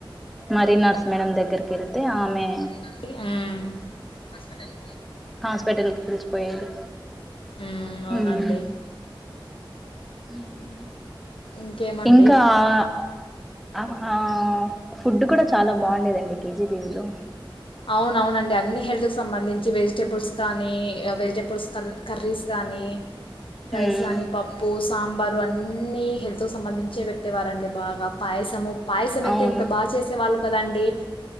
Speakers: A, in the centre; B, on the left.
A: మరీ నర్స్ మేడం దగ్గర్ కేల్ ళ్తే ఆమె
B: ఉమ్
A: హాస్ పేటల్ కి పిల్ చ్ కుపోయేది
B: హ్మ్ అవునండి
A: ఉమ్ మ్ ఉహుమ్
B: ఇంకేమండి
A: ఇంకా అ ఆ అమ ఆ ఆ ఫుడ్ కూడా చాలా బాఉండేదండి కేజీబీవీ లో
B: ఔన్ ఔనండి అన్ని హెల్త్ కి సంబంధించి వెజిటేబుల్స్ గానీ వెజిటే పుల్స్ కన్ కర్రీస్ గా ఆనీ రైస్
A: ఉమ్
B: గాని పప్పు సాంబార్ దు అన్నీ హెల్త్ సంబంధించే వెట్టేవారండి బాగా పాయిస ము పాయిసమేతే
A: అవును
B: ఎంత బా చేసేవాళ్ళు కదండి